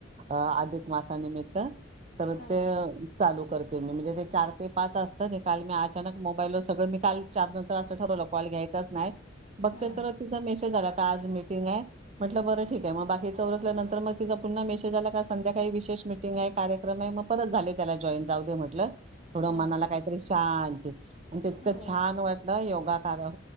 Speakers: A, on the right; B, on the left.
A: आ मासा निमित्त तर
B: हा
A: तेह चालू करते मी म्हणजे ते चार ते पाच असतं ते काल मी अचानक मोबाईलवर सगळं मी काल चार नंतर असं ठरवलं कॉल घ्यायचंच नाही. बघते
B: हा
A: तर तिचा मेसेज आला. का आज मीटिंग आहे. म्हटलं बरं ठीक आहे मग बाकीच रखल्यानंतर मग तिचा पुन्हा मेसेज आला का संध्या का विशेष मिटिंग आहे कार्यक्रम आहे म परत झाले त्याला जॉन जाऊ दे म्हटलं थोड
B: हा
A: मनाला काहीतरी शांती आणि तितकं
B: हो
A: छान वाटलं येवून योग आला